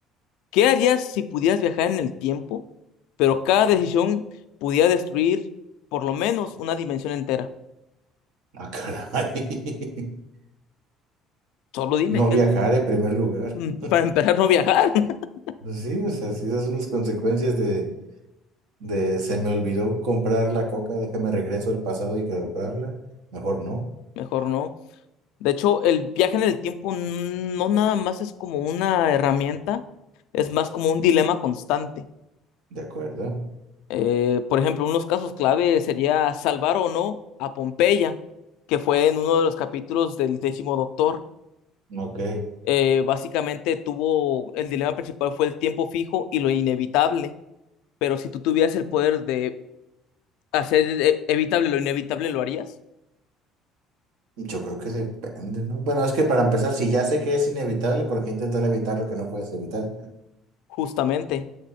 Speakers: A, on the left (about 80°); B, on the right (about 85°).
A: ¿qué harías si pudieras viajar en el tiempo, pero cada decisión pudiera destruir por lo menos una dimensión entera?
B: Ah, caray. <laughs>
A: Solo dime,
B: No viajar en primer lugar.
A: Mm,
B: <laughs>
A: para empezar no viajar, <laughs>
B: Sí, o sea, sí, esas son las consecuencias de, de se me olvidó comprar la coca, déjame regreso al pasado y comprarla. Mejor no,
A: mejor no. De hecho, el viaje en el tiempo no nada más es como una herramienta, es más como un dilema constante.
B: ¿de acuerdo?
A: Eh, por ejemplo, unos casos clave sería salvar o no a Pompeya, que fue en uno de los capítulos del décimo doctor.
B: Ok,
A: Eh, básicamente tuvo, el dilema principal fue el tiempo fijo y lo inevitable, pero si tú tuvieras el poder de hacer eh, evitable lo inevitable, ¿lo harías?
B: yo creo que depende, ¿no? Bueno, es que para empezar, si ya sé que es inevitable, ¿por qué intentar evitar lo que no puedes evitar?
A: Justamente.